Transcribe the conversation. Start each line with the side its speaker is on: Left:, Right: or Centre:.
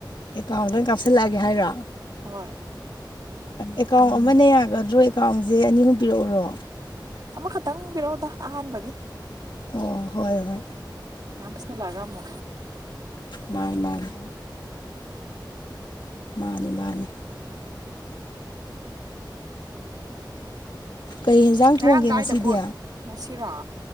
Left: ꯑꯦꯀꯥꯎꯟꯗꯪ ꯀꯥꯞꯁꯤꯜꯂꯛꯑꯒꯦ ꯍꯥꯏꯔꯣ
Right: ꯍꯣꯏ
Left: ꯑꯦꯀꯥꯎꯟ ꯑꯃꯅ ꯌꯥꯒꯗ꯭ꯔꯣ ꯑꯦꯀꯥꯎꯟꯁꯦ ꯑꯅꯤꯍꯨꯝ ꯄꯤꯔꯛꯎꯔꯣ
Right: ꯑꯃꯈꯛꯇꯪ ꯄꯤꯔꯛꯑꯣꯗ ꯑꯍꯥꯟꯕꯒꯤ
Left: ꯑꯣ ꯍꯣꯏ ꯍꯣꯏ
Right: ꯌꯥ ꯄꯁꯂꯒꯃꯣ
Left: ꯃꯥꯅꯤ ꯃꯥꯅꯤ ꯃꯥꯅꯤ ꯃꯥꯅꯤ ꯀꯩ ꯌꯦꯟꯖꯥꯡ
Right: ꯉꯔꯥꯡ
Left: ꯊꯣꯡꯒꯦ ꯉꯁꯤꯗꯤ
Right: ꯀꯥꯏꯗ ꯀꯣꯏ ꯉꯁꯤꯔꯣ